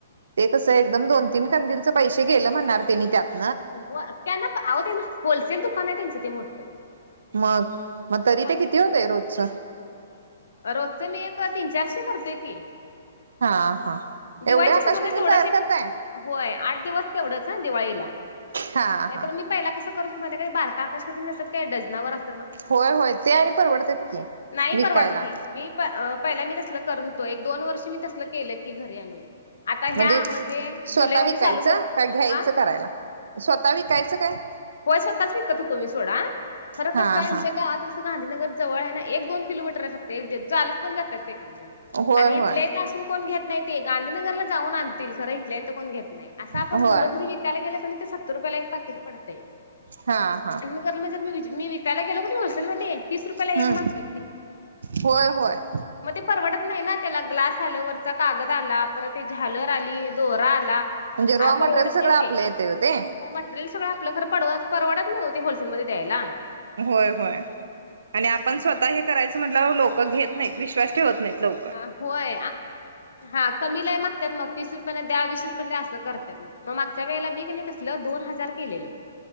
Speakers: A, on the right (about 85°); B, on the left (about 85°).
A: ते कसं एकदम दोन तीन कंदीलच पैशे गेलं म्हणणार त्यांनी त्यात
B: हो त्यांना अहो त्यांना होलसेल दुकान आहे त्यांचं ते मोठं
A: मग मग तरी
B: होय
A: ते किती होतय रोजचं?
B: रोजच मी एक तीन चारशे करतोय की
A: हा हा
B: दिवाळीचे
A: एवढे आकाशकंदील
B: शिजन तेवढंच
A: तयार
B: एक
A: करताय
B: होय आठ दिवस तेवढंच हं दिवाळीला
A: हा
B: नाहीतर
A: हा
B: मी पहिला कसं करतं हुतो माहितेय काय बारकं आकाश कंदील नसत्यात काय डझनावर अस
A: होय होय ते आणि परवडत्यात कि
B: नाही
A: विकायला.
B: परवडत ते मी पहिला मी तसलं करत होतो एक दोन वर्ष मी तसलं केलेत की घरी आणून. आता
A: म्हणजे
B: ह्या
A: स्वतः
B: जुलैमध्ये
A: विकायचं
B: चालू कर
A: काय घ्यायचं
B: आ
A: करायला? स्वतः विकायच काय?
B: व्हय स्वतःच विकत होतो मी सोडा खरं
A: हा
B: कसय आमच्या
A: हा
B: गावात कसं गांधीनगर जवळ ये ना एक दोन किलोमीटर हाय फक्त चालत पण जात्यात एक एक जण
A: होय
B: आणि
A: होय
B: इथल्या इथं असं इथून कोण घेत नाय ते गांधीनगरला जाऊन आणतील खरंय इथल्या इथं कोण घेत नाय असं आपण
A: होय
B: घरोघरी विकायला गेल क नाय त सत्तर रुपयाला एक पाकिट पडतंय.
A: हा, हा
B: <unintelligible> म्हणजे मी विकायला गेलो कि होलसेल मध्ये तीस रुपयाला
A: हम्म
B: एक मागत्यात ते
A: होय, होय.
B: मग ते परवडत नाय ना त्याला ग्लास आलं वरचा कागद आला. परत ते झालर आली. दोरा आलाआ
A: म्हणजे रॉ मटेरियल
B: परवडतं
A: सगळं
B: नाही ते
A: आपलं येतय ओ ते.
B: <unintelligible> टेरियल सगळं आपलं खरं पडवत परवडत नाय हो ते होलसेलमध्ये दयायला.
A: होय, होय, आणि आपण स्वतः हे करायचं म्हटल्यावर लोक घेत नाहीत विश्वास ठेवत नाहीत. लव
B: आ होय आ हा कमी लय मागत्यात म तीस रुपये ला वीस रुपये दया असं करत्यात म म मागच्या वेळेला मी कणय तसलं दोन हजार केलेल.